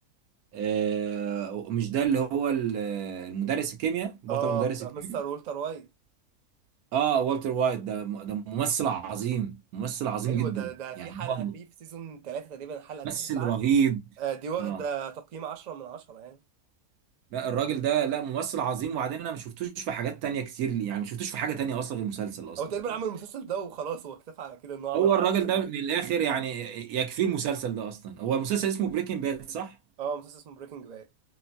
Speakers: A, on the right; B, on the right.
A: آه، مش ده اللي هو ال- المدرس الكيمياء بطل
B: اه
A: مدرس
B: بتاع
A: الكيمياء
B: مستر والتر وايت
A: اه والتر وايت ده ده ممثل عظيم ممثل عظيم
B: ايوه
A: جدا
B: ده ده
A: يعني
B: في حلقه
A: هو
B: فيه في سيزون ثلاثة تقريبا الحلقه التاسعه
A: ممثل رهيب
B: آه، دي واخدة
A: اه
B: تقييم 10 من 10 يعني
A: لا الراجل ده لا ممثل عظيم وبعدين انا ما شفتوش في حاجات تانية كتير يعني ما شفتوش في حاجة تانية اصلا غير المسلسل اصلا
B: هو تقريبا
A: يعني
B: عمل المسلسل ده وخلاص هو اكتفى على كده انه عمل
A: هو
B: 10
A: الراجل ده
B: يعني.
A: من الاخر يعني يكفي المسلسل ده اصلا هو المسلسل اسمه بريكنج باد صح
B: اه مسلسل اسمه بريكنج باد